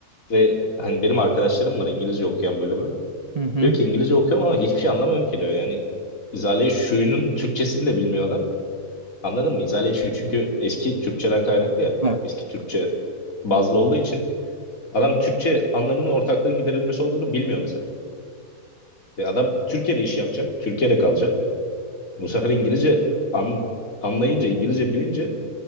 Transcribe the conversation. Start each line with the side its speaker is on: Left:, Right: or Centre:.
Left: ve hani benim arkadaşlarım var İngilizce okuyan bölümü.
Right: Hı hı.
Left: Diyor ki İngilizce okuyorum ama hiçbir şey anlamıyorum ki diyor. Yani İzale-i Şuyu'nun Türkçesini de bilmiyor adam. Anladın mı? İzale-i Şuyu çünkü eski Türkçeden kaynaklı ya.
Right: Evet.
Left: Eski Türkçe bazlı olduğu için adam Türkçe anlamının ortaklığın giderilmesi olduğunu bilmiyor mesela. Ve adam Türkiye'de iş yapacak. Türkiye'de kalacak. Bu sefer İngilizce an- anlayınca, İngilizce bilince